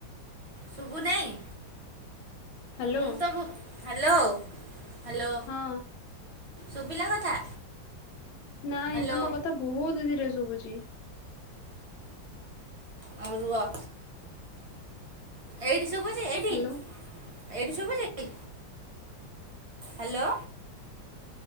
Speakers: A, on the right (about 30°); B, on the left (about 90°).
A: ଶୁଭୁ ନାହିଁ
B: ହ୍ୟାଲୋ
A: ମୁଁ ତ ହାଲୋ। ହାଲୋ
B: ହଁ
A: ସୁଭିଲା କଥା?
B: ନାଇଁ
A: ହ୍ୟାଲୋ
B: ତମ କଥା ବହୁତ ଧୀରେ ଶୁଭୁଚି।
A: ହଉ ରୁହ। ଏଇଠି ଶୁଭୁଚି ଏଇଠି
B: ହ୍ୟାଲୋ
A: ଏଇଠି ଶୁଭୁଚି? ହାଲୋ।